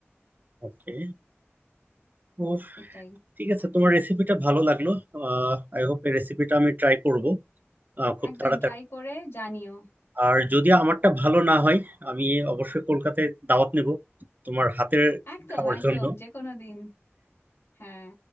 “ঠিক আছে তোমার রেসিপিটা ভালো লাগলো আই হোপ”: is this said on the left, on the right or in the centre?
Right